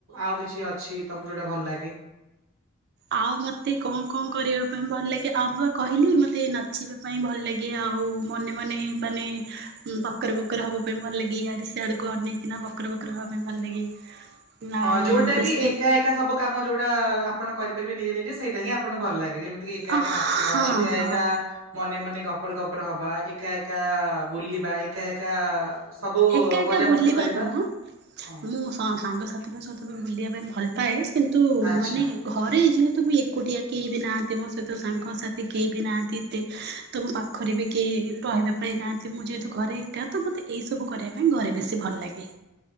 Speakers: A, on the right; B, on the right.
A: ଆଉ କିଛି ଅଛି ତମକୁ ଯୋଉଟା ଭଲ ଲାଗେ?
B: ଆଉ ମତେ କଣ କଣ କରିବା ପାଇଁ ଭଲ ଲାଗେ ଆଉ ମୁଁ କହିଲି ମତେ ନାଚିବା ପାଇଁ ଭଲ ଲାଗେ। କି ଆଉ ମନେ ମନେ ମାନେ। ହୁଁ ବକର ବକର ହବା ପାଇଁ ଭଲ ଲାଗେ ଇଆଡ଼େ ସିଆଡକୁ ଅନେଇକିନା ବକର ବକର ହବା ପାଇଁ ଭଲ ଲାଗେ। ଆଉ
A: ହଁ ଯୋଉଟା
B: ବେଶୀ
A: କି ଏକା ଏକା ସବୁ କାମ ଯୋଉଟା ଆପଣ କରିପାରିବେ ନିଜେ ନିଜେ ସେଇଟା ହିଁ ଆପଣଙ୍କୁ ଭଲ ଲାଗେ ଯେମିତି। କି ଏକା
B: ହଁ
A: ଏକା ନାଚିବା ଏକା
B: ହଁ
A: ଏକା। ମନେ ମନେ ଗପର ଗପର ହବା ଏକା ଏକା ବୁଲିବା। ଏକା ଏକା ସବୁ
B: ଏକା ଏକା
A: ମଜାମସ୍ତି
B: ବୁଲିବା
A: କରିବା
B: ନୁହଁ
A: ହୁଁ।
B: ମୁଁ ସ ସାଙ୍ଗ ସାଥିଙ୍କ ସହିତ ବି ବୁଲିବା ପାଇଁ ଭଲ ପାଏ କିନ୍ତୁ
A: ଆଚ୍ଛା
B: ମାନେ। ଘରେ ଯେହେତୁ ମୁଁ ଏକୁଟିଆ କେହି ବି ନାହାନ୍ତି ମୋ ସହିତ ସାଙ୍ଗ ସାଥି କେହି ବି ନାହାନ୍ତି ଏତେ। ତ ମୋ ପାଖରେ ବି କେହି ରହିବା ପାଇଁ ନାହାନ୍ତି ମୁଁ ଯେହେତୁ ଘରେ। ଏକା ତ ମୋତେ ଏଇ ସବୁ କରିବା ପାଇଁ ଘରେ ବେଶୀ ଭଲ ଲାଗେ।